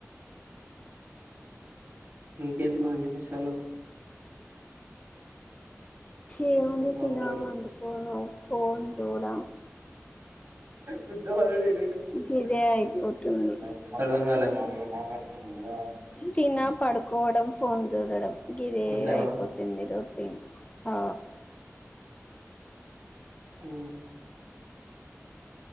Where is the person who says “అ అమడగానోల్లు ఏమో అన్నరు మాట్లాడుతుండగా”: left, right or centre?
Right